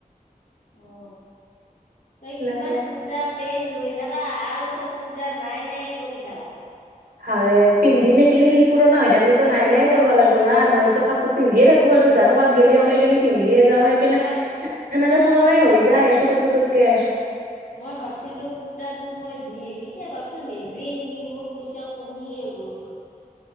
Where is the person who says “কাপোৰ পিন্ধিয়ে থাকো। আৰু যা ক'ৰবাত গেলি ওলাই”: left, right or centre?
Right